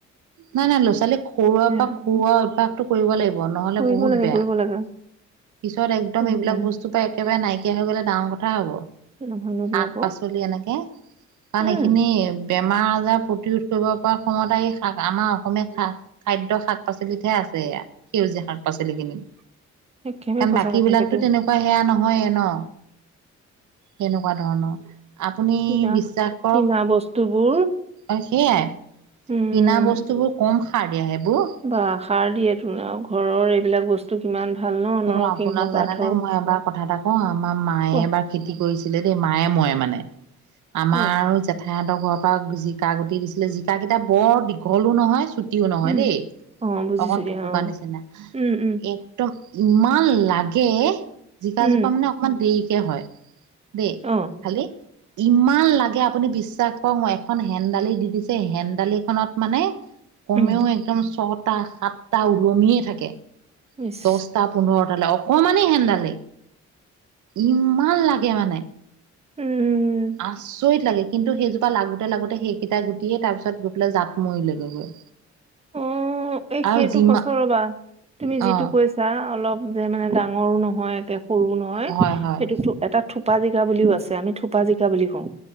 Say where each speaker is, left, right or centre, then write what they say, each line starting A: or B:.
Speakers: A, on the right (about 75°); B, on the right (about 20°).
A: নাই, নাই ল'চালীক <unintelligible> পৰা
B: সেয়া।
A: খুওঁৱা
B: উম
A: অভ্যাসটো কৰিব লাগিব নহ'লে
B: কৰিব
A: বহুত
B: লাগে
A: বেয়া
B: কৰিব লাগে
A: পিছত একদম
B: উম,
A: এইবিলাক
B: উম,
A: বস্তু পাই একেবাৰে নাইকিয়া হৈ গ'লে ডাঙৰ কথা হ'ব।
B: নহয়নো কি
A: শাক
B: আকৌ
A: পাচলি এনেকে, কাৰণ
B: উম
A: এইখিনি বে বেমাৰ আজাৰ প্ৰতিৰোধ কৰিব পৰা ক্ষমতা এই শাক আমাৰ অসমীয়া খা-খাদ্য শাক পাচলিতহে আছে। য়া, সেউজীয়া শাক পাচলি কিনিম।
B: একেবাৰে
A: কাৰণ
B: সঁচা
A: বাকী
B: কথাকে
A: বিলাকতো
B: দিওঁ
A: তেনেকুৱা সেয়া নহ'য়ে ন? তেনেকুৱা ধৰণৰ আপুনি
B: কিনা
A: বিশ্বাস কৰক,
B: কিনা বস্তুবোৰ
A: এ-সেয়াই
B: উম
A: কিনা বস্তুবোৰ কম সাৰ দিয়া সেইবোৰ।
B: বা, সাৰ দিয়েটো আৰু ঘৰৰ এইবিলাক বস্তু কিমান ভাল ন নৰসিংহ
A: অ', আপোনাক
B: পাত
A: জানেনে?
B: হওক
A: মই এবাৰ কথা এটা ক' আমাৰ মায়ে
B: কোৱা
A: এবাৰ খেতি কৰিছিলে দেই, মায়ে, ময়ে মানে। আমাৰ
B: অ
A: আৰু জেঠাইহঁতৰ ঘৰৰ পৰা জিকা গুটি দিছিলে, জিকাকিটা বৰ দীঘলো নহয়, চুট ও, নহয়
B: উম
A: দেই,
B: অ বুজিছো
A: অকণ
B: দিয়া
A: থুপুকা
B: অ
A: নিচিনা
B: উম উম
A: একদম ইমান লাগে, জিকাজোপা
B: উম
A: মানে অকমান দেৰিকে হয়। দেই
B: অ
A: খালি ইমান লাগে আপুনি বিশ্বাস কৰক, মই এখন হেন্দালি দি দিছে হেন্দালিখনত মানে কমেও
B: উম
A: একদম ছটা, সাতটা ওলমিয়ে থাকে
B: ইচ
A: দচটা, পোন্ধৰ অকমানি হেন্দালি, ইমান লাগে মানে
B: উম
A: আচৰিত লাগে কিন্তু সেইজোপা লাগোতে, লাগোতে সেইকেইটা গুটিয়েই তাৰ পিছত গৈ পেলাই জাত মৰিলেগৈগৈ
B: অ' অ', এই
A: আৰু
B: সেইটো
A: যিমা
B: সচৰ ৰ'বা, তুমি যিটো
A: অ'
B: কৈছা অলপ যে, মানে ডাঙৰো নহয় একে সৰু নহয়।
A: হয়
B: সেইটো
A: হয়
B: এটা থোপা জিকা বুলিও আছে আমি থোপা জিকা বুলি কওঁ।